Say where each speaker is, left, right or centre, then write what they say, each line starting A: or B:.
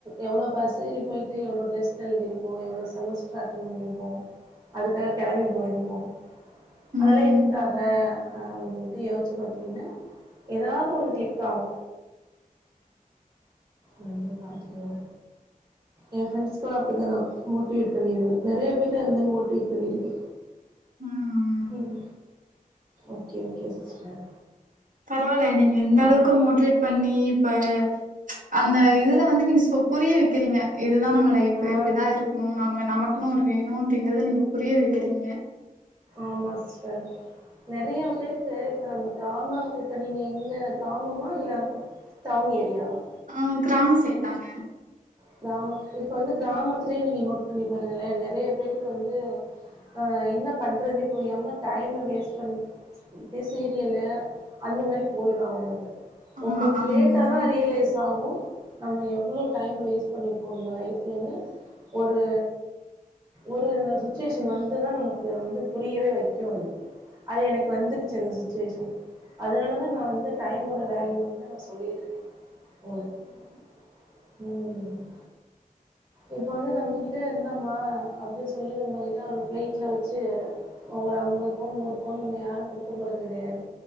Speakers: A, on the right; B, on the right.
A: எவ்ளோ பஸ் ஏறி போயிட்டு எவ்ளோ டெஸ்ட் எழுதிருப்போ எவ்ளோ செமஸ்டர் அட்டன் பண்ணிருப்போ அது கரெட்டு கெளம்பி போயிருப்போ
B: ம்.
A: அதெல்லா எதுக்காக அப்டின்ட்டு யோசிச்சு பாத்தீங்கன்னா ஏதாவ்து ஒண்ணு கிள்ப் ஆவு வந்து பாத்துபோங்க எ பிரண்ட்ஸ்கல்லா அப்படிதா நா மொட்டிவேட் பண்ணிருவே நெறைய பேருல அது மாரி மோட்டிவேட் பண்ணிருக்கெ
B: ம்.
A: ம் ஓகே ஓகே சிஸ்டர்
B: பரவாயில்லயே நீங்க இந்த அளவுக்கு
A: ஆ
B: மோட்டிவேட் பண்ணி இப்ப அந்த இதுல வந்து நீங்க ஸ்வ புரிய வக்கிறீங்க இதுதா நம்ம லைஃபு
A: ஆ
B: இப்டிதா இருக் ம் நம நமக்குன்னு ஒண்ணு வேணு அப்படிங்கறது நீங்க புரிய வக்கிறீங்க
A: ஆமா சிஸ்டர் நெறைய பேருக்கு இப்ப நம்ம கிராம இப்ப நீங்க எங்க கிராமமா இல்ல டவுன் ஏரியாவா
B: ஆ கிராம சேத்தாங்க
A: கிராம இப்ப வந்து கிராமத்துலே நீங்க நோட் பண்ணி பாருங்களே நெறைய பேருக்கு வந்து ஆ என்ன பண்றதுனே புரியாம டைம வேஸ்ட் பண் இப்ப சீரியலு அந்த மாரி போயிரு அவளோது
B: ஆ
A: ஓ கொஞ்ச
B: ஆமா.
A: லேட்டா தா ரியலைஸ் ஆகு நம்ம எவ்ளோ டைம் வேஸ்ட் பண்ணிருக்கோ நம்ம லைஃப்லன்னு ஒரு ஒரு சுச்சிவேஷன் வந்துதா நமக்கு வந்து புரியவே வைக்கு அது அது எனக்கு வந்துருச்சு அந்த சுச்சிவேஷன் அதனால தா நா வந்து டைமோட வேல்யூ வந்து நா சொல்லிட்டுருக்க உங்களுக் ம் ம் இப்ப வந்து நம்மகிட்ட இந்தாமா அப்டியே சொல்லி நம்ம கிட்ட ஒரு பிளேட்ல வச்சி ஒரு ஐம்பது பவுன் நூறு பவுன் நம்ம யாரு குடுக்க போறது கெடையாது